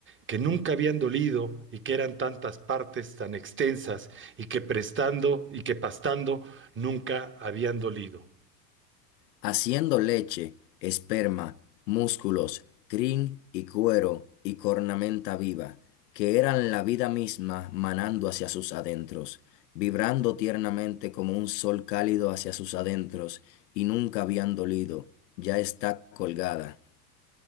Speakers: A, on the right (about 25°); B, on the left (about 75°).
A: que nunca habían dolido y que eran tantas partes tan extensas y que prestando y que pastando nunca habían dolido?
B: haciendo leche, esperma, músculos, crin y cuero y cornamenta viva, que eran la vida misma manando hacia sus adentros, vibrando tiernamente como un sol cálido hacia sus adentros, y nunca habían dolido, ya está colgada.